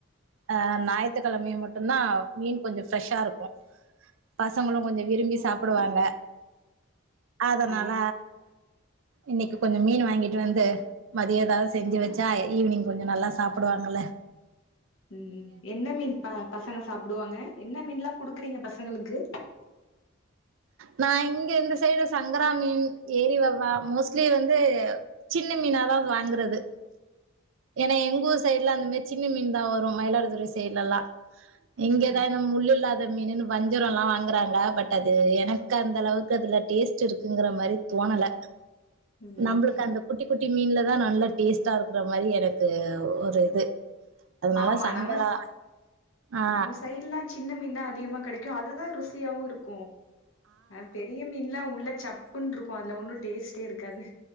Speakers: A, on the right; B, on the left.
A: ஆ ஞாயித்துக்கெழமையு மட்டுந்தா மீன் கொஞ்ச ஃப்ரெஷ்ஷா இருக்கு பசங்களு கொஞ்ச விரும்பி
B: ம்.
A: சாப்பிடுவாங்க அதனால
B: ஆ
A: இன்னைக்கு கொஞ்ச மீனு வாங்கிட்டு வந்து மதிய எதாவது செஞ்சு வெச்சா
B: ஆ
A: ஈவினிங் கொஞ்ச நல்லா சாப்பிடுவாங்கல
B: உம் எந்த மீன் ப பசங்க சாப்பிடுவாங்க என்ன மீன்லாம் குடுக்குறீங்க பசங்களுக்கு
A: நா இங்க இந்த சைடு சங்கரா மீன் ஏரிவவ்வா மோஸ்ட்லி வந்து சின்ன மீனாதா வாங்குறது ஏன்னா எங்கூர் சைடுல அந்த மரி சின்ன மீன் தா வரும் மயிலாடுதுறை சைட்லலாம் இங்கதா
B: ஆ
A: இந்த முள்ள இல்லாத மீனுன்னு வஞ்சுரம் எல்லாம் வாங்குறாங்க பட் அது எனக்கு அந்த அளவுக்கு அதுல டேஸ்ட் இருக்குங்கிற மாதிரி தோணல
B: ம்
A: நம்புளுக்கு அந்த குட்டி குட்டி குட்டி மீன்லதா நல்லா டேஸ்ட்டா இருக்கிற மாதிரி எனக்கு ஒரு இது அதனால
B: ஆமா
A: சங்கரா
B: நமஸ்
A: ஆ
B: நம்ம சைடுல்ல சின்ன மீன் தா அதிகமா கெடைக்கும் அதுதா ருசியாவும் இருக்கும் ஆ பெரிய மீன்லாம் உள்ள சப்புன்னு இருக்கும் அதுல ஒன்னும் டேஸ்ட்டே இருக்காது